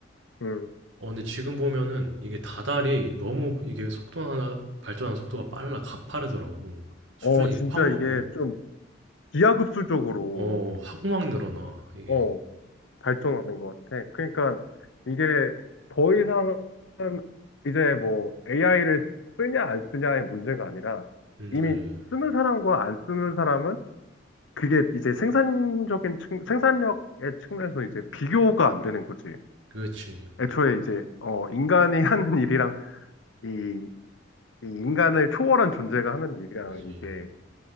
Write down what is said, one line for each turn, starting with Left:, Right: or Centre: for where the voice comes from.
Left: 음.
Right: 어, 근데 지금 보면은 이게 다달이 너무 이게 속도나 발전하는 속도가 빨라 가파르더라고. 수준이
Left: 어, 진짜
Right: 확, 어,
Left: 이게 좀 기하급수적으로,
Right: 어, 확막 늘어나, 이게.
Left: 어, 발전하는 것 같아. 그러니까 이게 더 이상 이제 뭐 AI를 쓰냐 안 쓰냐의 문제가 아니라
Right: 음,
Left: 이미
Right: 그지.
Left: 쓰는 사람과 안 쓰는 사람은 그게 이제 생산적인 측, 생산력의 측면에서 이제 비교가 안 되는 거지.
Right: 그렇지.
Left: 애초에 이제, 어, 인간이 <laughs> 하는 일이랑 이, 이 인간을 초월한 존재가 하는 일이랑
Right: 그지.
Left: 이게